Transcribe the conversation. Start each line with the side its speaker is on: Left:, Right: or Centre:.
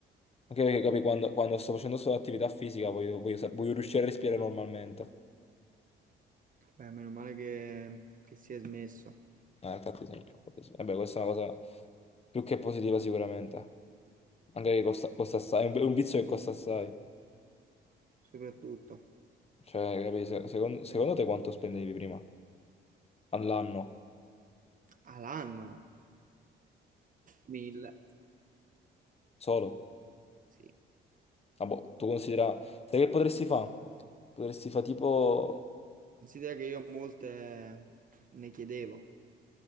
Left: Anche perché capi, quando, quando sto facendo solo attività fisica voglio, voglio sa- voglio riuscire a respirare normalmente.
Right: Beh, meno male che, che si è smesso.
Left: Eh, infatti sì, infatti sì. Vabbè, questa è una cosa più che positiva sicuramente. Anche che costa, costa assai, è un vizio che costa assai.
Right: soprattutto
Left: Cioè, capi, se- secondo, secondo te quanto spendevi prima? All'anno?
Right: all'anno. Mille,
Left: Solo?
Right: sì.
Left: Ah, boh, tu considera... Sai che potresti fare? Potresti fare tipo...
Right: Considera che io molte ne chiedevo,